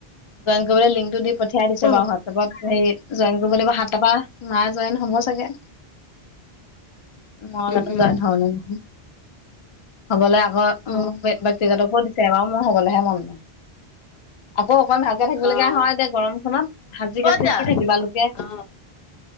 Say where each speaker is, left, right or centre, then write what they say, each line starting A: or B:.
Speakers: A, on the left (about 50°); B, on the left (about 65°).
A: জইন কৰিবলে লিংকটো দি পঠিয়াই দিছে
B: অ
A: বাৰু। হোৱাটছএপত হেই জইন কৰিব লাগিব সাতটা পা। মা জইন হ'ব চাগে, মই
B: উম
A: জানো
B: উম
A: জইন হও নে নহও। হ'বলে আকৌ
B: অ
A: বক্তিগতকো সেৱাও মোৰ হবলেহে মন নাই। আকৌ অকন ভালকে থাকিব
B: অ অ
A: লগীয়া হয় দে। গৰমখনত হাজি
B: ক'ত
A: কাছি
B: যা
A: কি থাকিবা। লোকে
B: অ